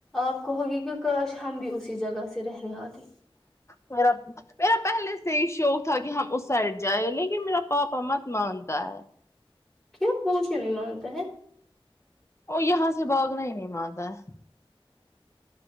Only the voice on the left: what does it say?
میرا میرا پہلے سے ہی شوق تھا کہ ہم اس سائڈ جائ لیکن میرا پاپا مت مانتا ہے
وہ یہاں سے باگنا ہی نہیں مانتا ہے